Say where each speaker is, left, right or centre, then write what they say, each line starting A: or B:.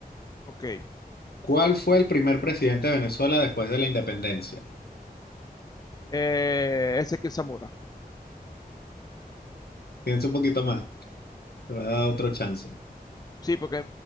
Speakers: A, on the left; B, on the left.
A: Ok.
B: ¿Cuál fue el primer presidente de Venezuela después de la independencia?
A: Eh, Ezequiel Zamora.
B: Piensa un poquito más, te voy a dar otro chance.
A: Sí, porque